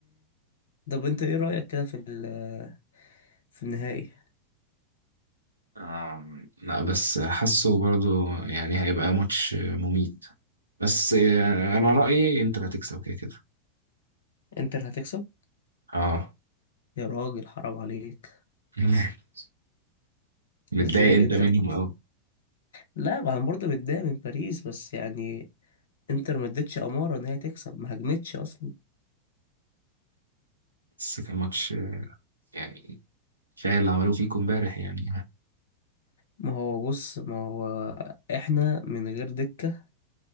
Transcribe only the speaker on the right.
آه، لا بس حاسه برضو يعني هيبقى ماتش مميت بس آه، انا رأيي انتر هتكسب كده كده
اه
<laughs> متضايق
انت
منهم
قوي
بس كان ماتش آه، يعني كفايه اللي عملوه فيكم امبارح يعني